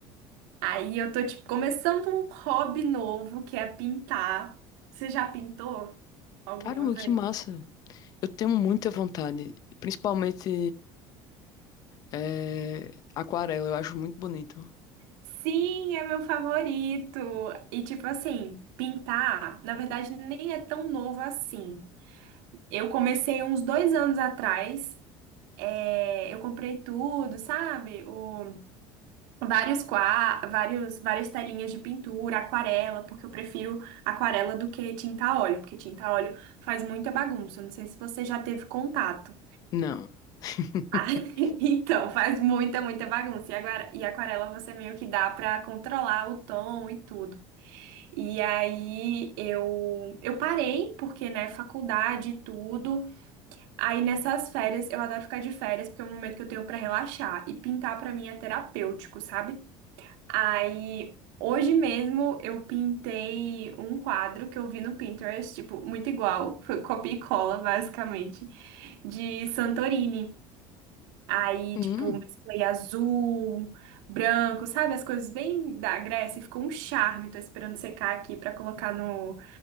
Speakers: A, on the right (about 80°); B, on the left (about 40°).
A: Aí eu tô tipo começando um hobby novo, que é pintar. Você já pintou alguma
B: Caramba,
A: vez?
B: que massa. Eu tenho muita vontade. Principalmente é, aquarela, eu acho muito bonito.
A: Sim, é meu favorito. E tipo assim, pintar, na verdade, nem é tão novo assim. Eu comecei uns dois anos atrás. é, eu comprei tudo, sabe? O Vários qua, vários, várias telinhas de pintura, aquarela, porque eu prefiro aquarela do que tinta a óleo, porque tinta a óleo faz muita bagunça. Não sei se você já teve contato.
B: Não. <laughs>
A: Ah, <laughs> então, faz muita, muita bagunça. E, agora, e aquarela você meio que dá pra controlar o tom e tudo. E aí eu, eu parei, porque, né, faculdade e tudo. Aí nessas férias, eu adoro ficar de férias, porque é o momento que eu tenho pra relaxar. E pintar pra mim é terapêutico, sabe? Aí, hoje mesmo eu pintei um quadro que eu vi no Pinterest, tipo, muito igual, <laughs> foi copia e cola, basicamente, de Santorini. Aí,
B: Hum,
A: tipo, mesclei azul, branco, sabe? As coisas bem da Grécia, e ficou um charme. Tô esperando secar aqui pra colocar no,